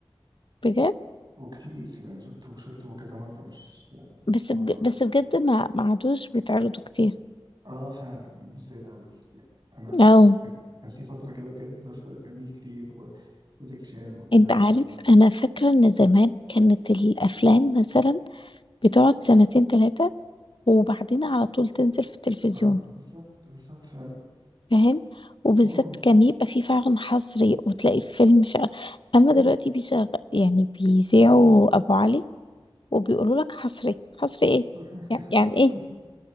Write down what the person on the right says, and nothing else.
وكتير يعني شفته شفته كذا مرة مش
مش مرة
واحدة
آه فعلا مش زي الأول يعني أنا
كان كان في فترة كده بجد ظرف طارق كان بيجي كتير و... وزكي شان وكده
رضا
آه بالظبط بالظبط فعلا
مم.
<laughs>
حصل
إيه؟